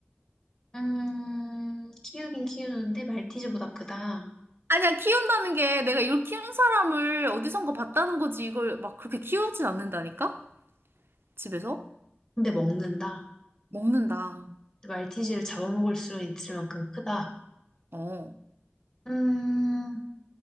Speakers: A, on the left; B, on the right.
A: 음, 키우긴 키우는데 말티즈보다 크다.
B: 아니야, 키운다는 게 내가 이걸 키운 사람을 어디선가 봤다는 거지. 이걸 막 그렇게 키우진 않는다니까? 집에서?
A: 근데 먹는다.
B: 먹는다.
A: 말티즈를 잡아먹을 수 있을 만큼 크다.
B: 어.
A: 음,